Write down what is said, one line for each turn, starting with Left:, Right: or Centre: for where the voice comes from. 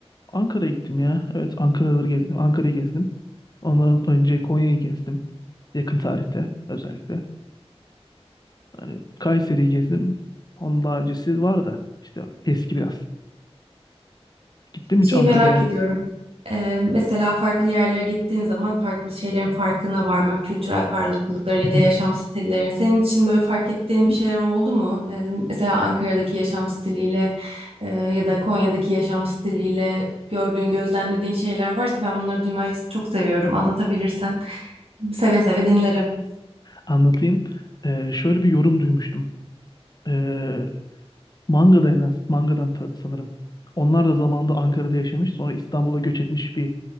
Left: Ankara'ya gittim ya. Evet Ankara'ları gezdim. Ankara'yı gezdim. Ondan önce Konya'yı gezdim. Yakın tarihte özellikle. Hani Kayseri'yi gezdim. Onun daha öncesi var da işte eski biraz. Gittim
Right: Şeyi
Left: hiç Ankara'ya.
Right: merak ediyorum. Ee, mesela farklı yerlere gittiğin zaman farklı şeylerin farkına varmak, kültürel farklılıkların ya
Left: Hı
Right: da yaşam
Left: hı.
Right: stillerin. Senin için böyle fark ettiğin bir şeyler oldu mu? Ee, mesela Ankara'daki yaşam stiliyle e, ya da Konya'daki yaşam stiliyle gördüğün, gözlemlediğin şeyler varsa ben bunları duymayı çok seviyorum. Anlatabilirsen seve seve dinlerim.
Left: Anlatayım. Ee, şöyle bir yorum duymuştum. Ee, Manga'da en az. Manga'dan ta- sanırım. Onlar da zamanında Ankara'da yaşamış. Sonra İstanbul'a göç etmiş bir